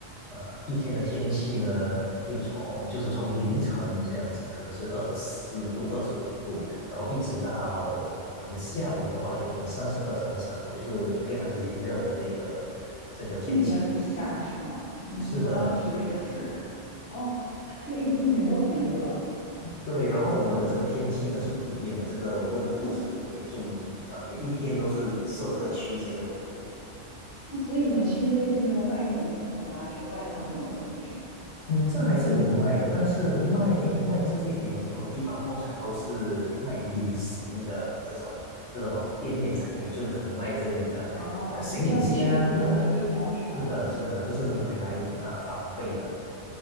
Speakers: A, on the left; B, on the left.
A: 呃一天的天气呢，会从就是从凌晨这样子，可能是二十四度、二十五度，然后一直到可能下午的话，就可能三十二、三十三度，就是非常炎热的这个这个天气。
B: 一年如夏是吗？你你刚刚提了一个词，
A: 是的，
B: 哦，就是一一年都很热。
A: 对，然后我们的这个天气呢是不变的，这个温度是不变的，就呃每一天都是这个区间的温度。
B: 那所以你们去那边就没有卖那种羽绒服啊、这种外套这种东西是吗？
A: 嗯，这还是有卖的，但是卖卖这些羽绒服的地方通常都是卖旅行的这种这种店面才会有，就是可能卖这呃呃行李箱，
B: 哦，你就要去冷的地方是吧？
A: 是的，是的，
B: 哦
A: 就是买来呃防备的。